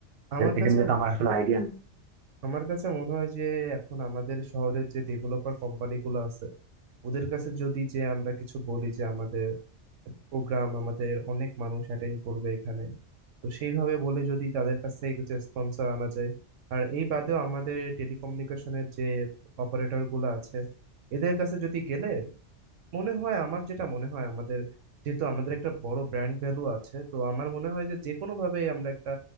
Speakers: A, on the right; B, on the right.
A: আমার
B: এ- এটা
A: কাছে
B: নিয়ে তো আমার আসলে আইডিয়া নেই
A: আমার কাছে মনে হয় যে এখন আমাদের শহরের যে ডেভেলপার কোম্পানিগুলো আছে ওদের কাছে যদি যে আমরা কিছু বলি যে আমাদের প্রোগ্রাম আমাদের অনেক মানুষ অ্যাটেন্ড করবে এখানে তো সেইভাবে বলে যদি তাদের কাছ থেকে কিছু স্পন্সর আনা যায় আর এই বাদেও আমাদের টেলিকমিউনিকেশনের যে অপারেটর গুলো আছে এদের কাছে যদি গেলে মনে হয় আমার যেটা মনে হয় আমাদের যেহেতু আমাদের একটা বড় ব্র্যান্ড ভ্যালু আছে তো আমার মনে হয় যে যে কোনো ভাবেই আমরা একটা